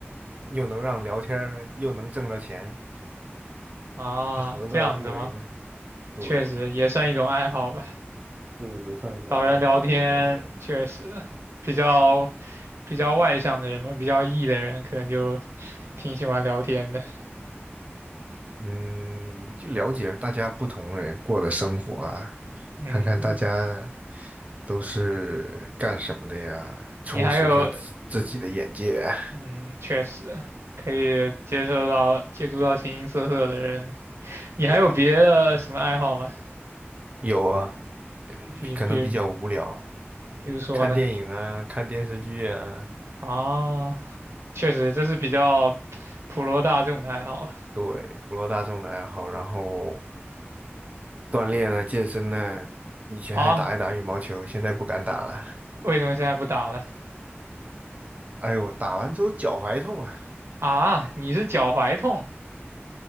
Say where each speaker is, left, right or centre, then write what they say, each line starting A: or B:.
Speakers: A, on the right; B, on the right.
A: 又能让聊天儿又能挣着钱，
B: 啊，
A: 他何乐而不为呢？
B: 这样子吗？
A: 对呀，
B: 确实也算一种爱好吧。
A: 对，也算一种爱好了，
B: 找人聊天，
A: 我感觉。
B: 确实比较比较外向的人嘛，比较 E 的人可能就挺喜欢聊天的。
A: 嗯，就了解大家不同人过的生活啊，
B: 嗯，
A: 看看大家都是干什么的呀，充实一下自自己的眼界啊。
B: 你还有，嗯，确实可以接受到接触到形形色色的人。你还有别的什么爱好吗？
A: <laughs> 对，有啊，呃可能比较无聊，
B: 比比比如说呢？
A: 看电影啊，看电视剧啊，
B: 啊，确实这是比较普罗大众的爱好吧。
A: 对，普罗大众的爱好，然后锻炼啊，健身呢，以前还打一打羽毛球，
B: 啊，
A: 现在不敢打了。
B: 为什么现在不打了？
A: 哎呦，打完之后脚踝痛啊。
B: 啊，你是脚踝痛？